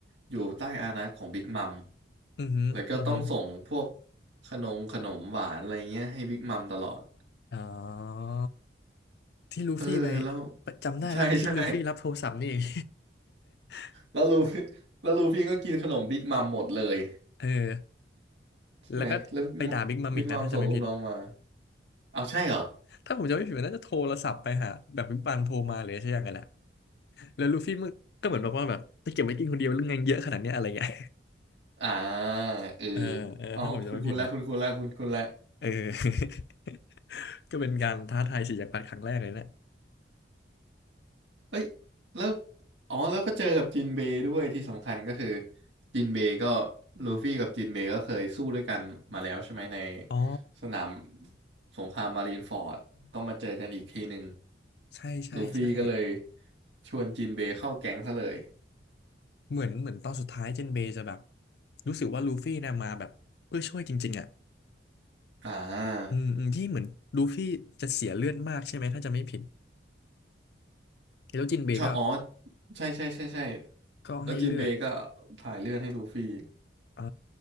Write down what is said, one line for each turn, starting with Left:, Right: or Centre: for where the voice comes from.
Right: อยู่ใต้อานัตของบิ๊กมัม
Left: อือฮึอือฮึ
Right: แล้วก็ต้องส่งพวกขนมขนมหวานอะไรเงี้ยให้บิ๊กมัมตลอด
Left: อ๋อที่ลูฟี่ไป
Right: เออเออแล้ว
Left: จำได้ละที่ลูฟี่รับโทรศัพท์นี่เอง
Right: ใช่ใช่
Left: <laughs>
Right: แล้วลูฟี่แล้วลูฟี่ก็กินขนมบิ๊กมัมหมดเลย
Left: เออ
Right: ใช่ไหมแล้ว
Left: แล้วก็ไปด่าบิ๊กมัมอีกนะถ้าจำไม่ผิด
Right: บิ๊กมัมส่งลูกน้องมาเอาใช่เหรอ
Left: ถ้าผมจำไม่ผิดมันน่าจะโทรศัพท์ไปหาแบบบิ๊กบัมโทรมาหรือใช่ยังไงแหละแล้วลูฟี่มึงก็เหมือนบอกว่าแบบจะเก็บไว้กินคนเดียวหรือไงเยอะขนาดเนี้ยอะไรเงี้ย
Right: อ่าเออ
Left: <laughs> เออเออถ้าผมจำไม่ผิดนะ
Right: อ๋อาคุณคุณแล้วคุณคุณแล้วคุณคุณแล้ว
Left: เออ <laughs> ก็เป็นการท้าทายสีกจักพรรดครั้งแรกเลยนะ
Right: เอ้ยแล้วอ๋อแล้วก็เจอกับจินเบย์ด้วยที่สำคัญก็คือจินเบย์ก็ลูฟี่กับจินเบย์ก็เคยสู้ด้วยกันมาแล้วใช่ไหมใน
Left: อ๋อ
Right: สนามสงครามมารีนฟอร์ดก็มาเจอกันอีกทีหนึ่ง
Left: ใช่ใช่ใช่
Right: ลูฟี่ก็เลยชวนจินเบย์เข้าแก๊งซะเลย
Left: เหมือนเหมือนตอนสุดท้ายเจนเบย์จะแบบรู้สึกว่าลูฟี่นะมาแบบเพื่อช่วยจริงๆอ่ะ
Right: อ่า
Left: อืมอืมที่เหมือนลูฟี่จะเสียเลือดมากใช่ไหมถ้าจะไม่ผิดแล้วจินเบย์ก็
Right: ใช่อ๋อใช่ใช่ใช่ใช่
Left: ก็ให้เลือด
Right: แล้วจินเบย์ก็ถ่ายเลือดให้ลูฟี่
Left: อ่า